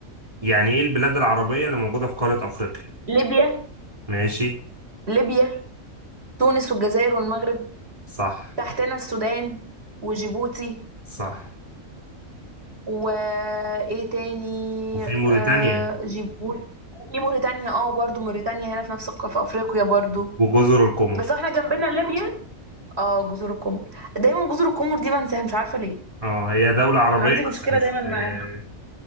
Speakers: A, on the right; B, on the right.
A: يعني ايه البلاد العربيه اللي موجوده في قاره افريقيا
B: ليبيا
A: ماشي
B: ليبيا تونس والجزائر والمغرب
A: صح
B: تحتنا السودان وجيبوتي
A: صح
B: وايه تاني
A: وفي موريتانيا
B: آه جيبوتي في موريتانيا اه برضو موريتانيا هنا في نفس الق- في افريقيا برضو
A: وجزر القمر
B: بس احنا جنبنا ليبيا اه جزر القمر دايما جزر القمر دي بنساها مش عارفة ليه
A: اه هي دوله عربيه
B: عندي مشكلة
A: بس مش
B: دايما معاه
A: آه،